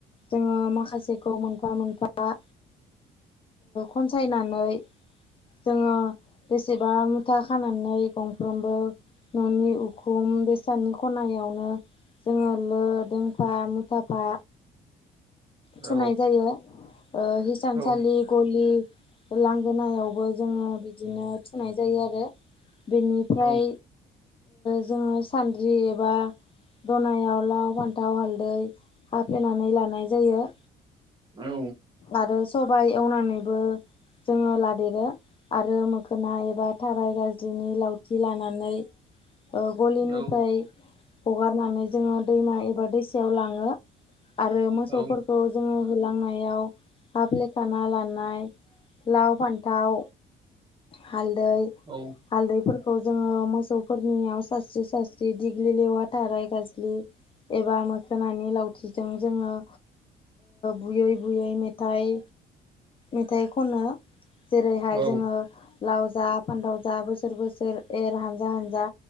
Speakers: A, on the left; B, on the right.
A: जोङो माखासेखौ मोनफा मोनफा खनसायनानै जोङो बेसेबा मुथा खानानै गंफ्रोमबो न'नि उखुम बेसादनि खनायावनो जोङो लो दोंफा मुथाफा थुनाय
B: औ
A: जायो हिसानसालि
B: औ
A: गलि लांगोनायावबो जोङो बिदिनो थुनाय जायो आरो बेनिफ्राय
B: औ
A: जोङो सानद्रि एबा दनायाव लाव फान्थाव हालदै हाफ्लेनानै लानाय जायो
B: औ
A: आरो सबाय एवनानैबो जोङो लादेरो आरो मोखोना एबा थाराय गाज्रिनि लावथि लानानै गलिनिफ्राय
B: औ
A: हगारनानै जोङो दैमा एबा दैसायाव लाङो आरो मोसौफोरखौ
B: औ
A: जोङो होलांनायाव हाफ्लेखाना लानाय लाव फान्थाव हालदै
B: औ
A: हालदैफोरखौ जोङो मोसौफोरनियाव सास्रि सास्रि दिग्लि लेवा थाराय गाज्लि एबा मोखोनानि लावथिजों जोङो बुयै बुयै मेथाइ मेथाइ खनो जेरैहाय
B: औ
A: जोङो लाव जा फानथाव जा बोसोर बोसोर एर हानजा हानजा